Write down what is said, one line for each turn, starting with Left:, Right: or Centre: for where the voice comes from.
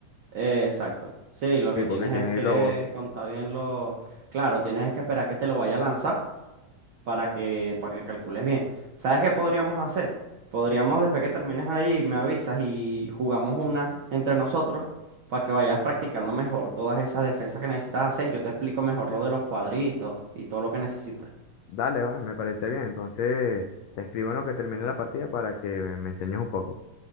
Right: eh, exacto. Sí, lo que
Left: Sí,
Right: tienes
Left: porque tiene
Right: es que
Left: globo.
Right: contar bien los... Claro, tienes que esperar que te lo vaya a lanzar. para que, para que calcules bien. ¿Sabes qué podríamos hacer? Podríamos, después que termines ahí, me avisas y jugamos una entre nosotros para que vayas practicando mejor todas esas defensas que necesitas hacer. y Yo te explico mejor lo de los cuadritos y todo lo que necesitas.
Left: Dale, va, me parece bien. Entonces, te escribo en lo que termine la partida para que me me enseñes un poco.